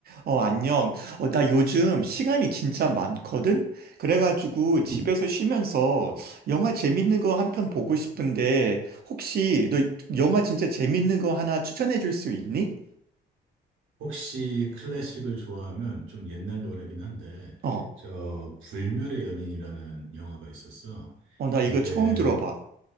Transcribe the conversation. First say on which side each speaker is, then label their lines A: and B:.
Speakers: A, on the right; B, on the right.
A: 어, 안녕. 어, 나 요즘 시간이 진짜 많거든? 그래가지고 집에서
B: 음.
A: 쉬면서 영화 재밌는 거 한 편 보고 싶은데 혹시 너 영화 진짜 재밌는 거 하나 추천해 줄 수 있니?
B: 혹시 클래식을 좋아하면 좀 옛날 노래긴 한데,
A: 어,
B: 저, 불멸의 연인이라는 영화가 있었어.
A: 어, 나 이거
B: 이게,
A: 처음 들어봐.